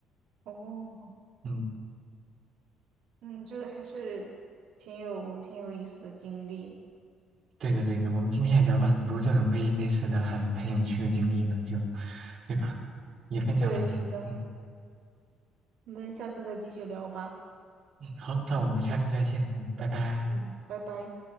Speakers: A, on the right (about 85°); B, on the right (about 50°).
A: 哦，
B: 嗯，
A: 嗯，这个还是挺有挺有意思的经历的。
B: 对的对的，我们今天也聊了很多这种类类似的很很有趣的经历呢，就，对吧？也分享了很多。
A: 对，是的，
B: 嗯
A: 我们下次再继续聊吧。
B: 嗯，好，那我们下次再见。嗯，拜拜。
A: 嗯，拜拜。